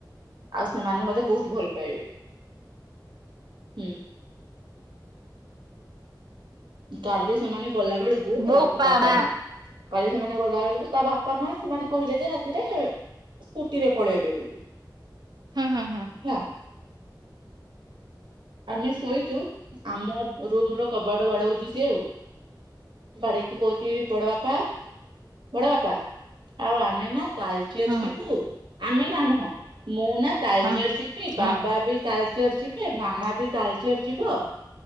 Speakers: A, on the right (about 80°); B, on the right (about 65°).
A: ଆଉ ସେମାନେ ମତେ ବହୁତ ବହୁ ଭଲ ପାଇବେ। ହୁଁ। କାଲି ସେମାନେ ଗଲା ବେଳକୁ ହେଲା
B: ବୋପା
A: ଗୋଟେ କଥା
B: ମା
A: ଶୁଣୁ କାଲି ସେମାନେ ଗଲା ବେଳକୁ ତା ବା ପା ମା ସେମାନେ କହିଲେ ଯେ ରାତିରେ ସ୍କୁଟିରେ ପଳେଇବେ ବୋଲି।
B: ହୁଁ ହୁଁ ହୁଁ।
A: ହେଲା ଆମେ ଶୋଇଚୁ ଆମ ରୁମ ର କବାଡ ବାଡଉଚି ସିଏ ଆଉ ବାଡେଇକି କହୁଚୀ ବଡ ବାପା ବଡ ବାପା। ଆଉ ଆମେ ନା ତାଲଚେର
B: ହୁଁ
A: ଯିବୁ ଆମେ ନା ନୁହଁ ମୁଁ ନା ତାଲଚେର
B: ହୁଁ
A: ଯିବି
B: ହୁଁ
A: ବାବା ବି ତାଲଚେର ଯିବେ ମାମା ବି ତାଳଚେର ଯିବ